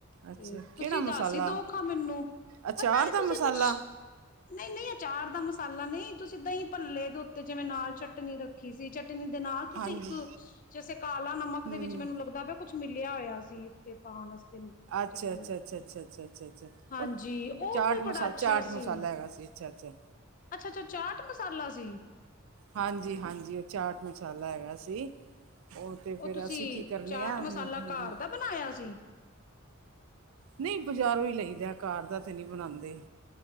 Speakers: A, on the right (about 70°); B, on the left (about 40°).
A: ਅੱਛਾ
B: ਤੇ ਤੁਸੀਂ
A: ਕਿਹੜਾ
B: ਦੱਸ
A: ਮਸਾਲਾ
B: ਹੀ ਦੋਖਾ ਮੈਨੂੰ
A: ਅਚਾਰ
B: ਪਤਾ ਨੀ
A: ਦਾ
B: ਤੁਸੀਂ
A: ਮਸਾਲਾ
B: ਕੁਛ ਨਹੀਂ ਨਹੀਂ ਅਚਾਰ ਦਾ ਮਸਾਲਾ ਨਹੀਂ ਤਸੀਂਦਾਂ ਹੀ ਭੱਲੇ ਦੇ ਉੱਤੇ ਜਿਵੇਂ ਨਾਲ ਚਟਣੀ ਰੱਖੀ ਸੀ ਚ ਚਟਣੀ ਦੇ ਨਾਲ ਤੁਸੀਂ
A: ਹਾਂਜੀ
B: ਇੱਕ ਜੈਸੇ ਕਾਲਾ ਨਮਕ
A: ਹੂੰ
B: ਦੇ ਵਿੱਚ ਮੈਨੂੰ ਲੱਗਦਾ ਵ ਕੁਛ ਮਿਲਿਆ ਹੋਇਆ ਸੀ ਉੱਤੇ ਪਾਉਣ ਵਾਸਤੇ।
A: ਅੱਛਾ
B: ਚਟ
A: ਅੱਛਾ ਅੱਛਾ ਅੱਛਾ ਅੱਛਾ ਅੱਛਾ ਅੱਛਾ
B: ਹਾਂਜੀ
A: ਉਹ
B: ਉਹ
A: ਚਾਟ
B: ਵੀ
A: ਮਸ
B: ਬੜਾ ਅੱਛਾ
A: ਚਾਟ
B: ਸੀ
A: ਮਸਾਲਾ ਹੈਗਾ ਸੀ। ਅੱਛਾ ਅੱਛਾ।
B: ਅੱਛਾ ਅੱਛਾ ਚਾਟ ਮਸਾਲਾ ਸੀ?
A: ਹਾਂਜੀ ਹਾਂਜੀ ਉਹ ਚਾਟ ਮਸਾਲਾ ਹੈਗਾ ਸੀ। ਉਹ ਤੇ ਫੇਿਰ
B: ਤੁਸੀਂ
A: ਅਸੀਂ ਕੀ ਕਰਨੇ
B: ਚਾਟ
A: ਆ
B: ਮਸਾਲਾ
A: ਹ।
B: ਘਰ ਦਾ ਬਣਾਇਆ ਸ?,
A: ਨਹੀਂ ਬਜ਼ਾਰੋਂ ਹੀ ਲਈਦਾ ਕਾਰ ਦਾ ਤੇ ਨਹੀਂ ਬਣਾਉਂਦੇ।